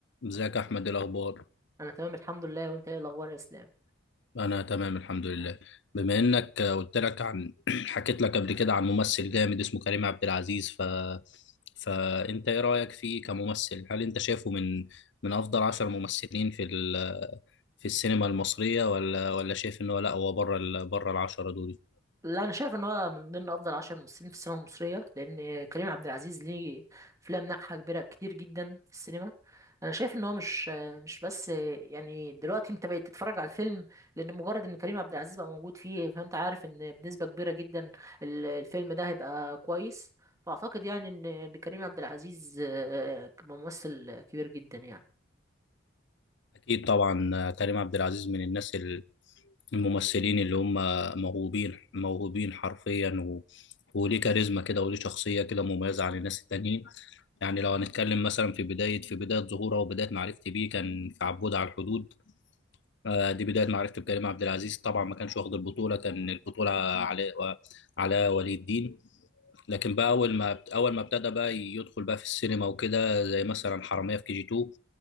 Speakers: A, on the left; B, on the right.
A: ازيك يا احمد إيه الاخبار
B: انا تمام الحمد لله وانت ايه الاخبار يا اسلام
A: انا تمام الحمد لله بما انك قلت لك عن <clears throat> حكيت لك قبل كده عن ممثل جامد اسمه كريم عبد العزيز ف فانت ايه رايك فيه كممثل هل انت شايفه من من افضل عشر ممثلين في ال... في السينما المصريه ولا ولا شايف ان هو لا هو بره ال... بره العشره دول
B: لا انا شايف ان هو من ضمن افضل عشر ممثلين في السينما المصريه لان كريم عبد العزيز ليه افلام ناجحه كبيره كتير جدا في السينما انا شايف ان هو مش مش بس يعني دلوقتي انت بقيت تتفرج على الفيلم لان مجرد ان كريم عبد العزيز بقى موجود فيه فانت عارف ان بنسبه كبيره جدا ال- الفيلم ده هيبقى كويس فاعتقد يعني ان إن كريم عبد العزيز آه، ممثل كبير جدا يعني
A: اكيد طبعا كريم عبد العزيز من الناس ال- الممثلين اللي هم موهوبين موهوبين حرفيا و... وليه كاريزما كده وليه شخصيه كده مميزه عن الناس التانيين يعني لو هنتكلم مثلا في بداية في بداية ظهوره وبداية معرفتي بيه كان في عبود على الحدود آه، دي بداية معرفتي بكريم عبد العزيز طبعا ما كانش واخد البطولة كان البطولة على على ولي الدين لكن بقى أول ما أول ما ابتدى بقى يدخل بقى في السينما وكده زي مثلا حرامية في كي جي 2